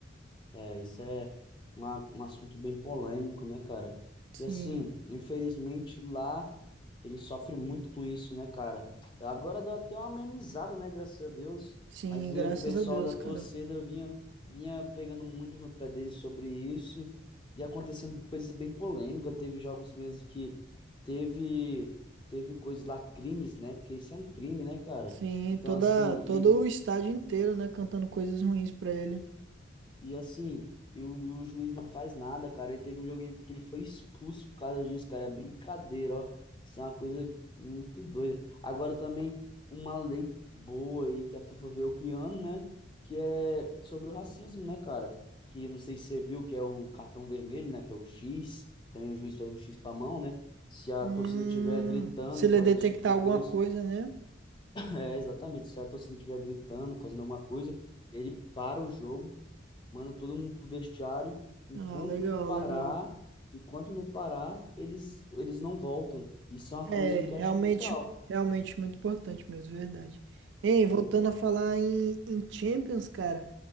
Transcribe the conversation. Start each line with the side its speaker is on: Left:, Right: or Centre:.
Left: É, isso é uma- um assunto bem polêmico, né, cara?
Right: Sim,
Left: E assim, infelizmente lá ele sofre muito com isso, né, cara? Agora deu até uma amenizada, né, graças a Deus,
Right: sim,
Left: mas
Right: graças
Left: e o pessoal
Right: a Deus,
Left: da
Right: cara.
Left: torcida vinha, vinha pegando muito no pé dele sobre isso e acontecendo coisas bem polêmicas. Teve jogos mesmo que teve, teve coisas lá, crimes, né? Porque isso é um crime, né, cara?
Right: Sim,
Left: Então,
Right: toda,
Left: assim,
Right: todo
Left: e
Right: o estádio inteiro, né, cantando coisas ruins pra ele.
Left: E assim, e o, o juiz não faz nada, cara. Ele teve um jogo que ele foi expulso por causa disso, cara. É brincadeira, ó. Isso é uma coisa muito doida. Agora também, uma lei boa aí que a FIFA veio criando, né? Que é sobre o racismo, né, cara? Que não sei se você viu, que é o cartão vermelho, né? Que é o X. Também o juiz faz um X com a mão, né? Se a
Right: Hum,
Left: torcida tiver gritando,
Right: se
Left: eles
Right: ele
Left: fazem
Right: detectar
Left: esse tipo de
Right: alguma
Left: coisa.
Right: coisa,
Left: <laughs>
Right: né?
Left: É, exatamente. Se a torcida estiver gritando, fazendo alguma coisa, ele para o jogo manda todo mundo pro vestiário. Enquanto
Right: Ah, legal,
Left: não parar,
Right: legal.
Left: enquanto não parar, eles, eles não voltam. Isso é uma
Right: É,
Left: coisa
Right: realmente,
Left: que eu achei legal.
Right: realmente muito importante mesmo, verdade. Ei, voltando a falar em, em Champions, cara,